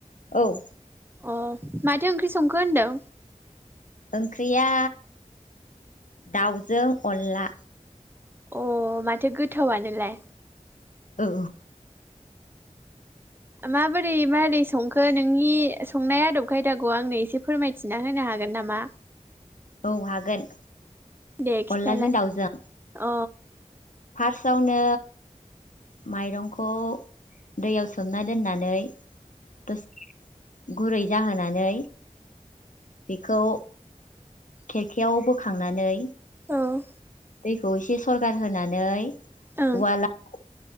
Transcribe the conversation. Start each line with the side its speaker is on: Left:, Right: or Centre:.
Left: औ
Right: अ माथो ओंख्रि संखो होनदों
Left: ओंख्रिया दाउजों अनला
Right: अ माथो गोथावआनोलाय
Left: औ
Right: माबोरै माबोरै संखो नोंनि संनाय आदब खायदाखौ आंनो एसे फोरमायथिना होनो हागोन नामा
Left: औ हागोन
Right: दे खिथालाय
Left: अनलाजों दाउजों
Right: अ औ
Left: फार्स्टआवनो माइरंखौ दैयाव सोमना दोननानै दस गुरै जाहोनानै बेखौ खेरखायाव बोखांनानै
Right: औ
Left: दैखौ एसे सरगार होनानै
Right: अ
Left: उवालाव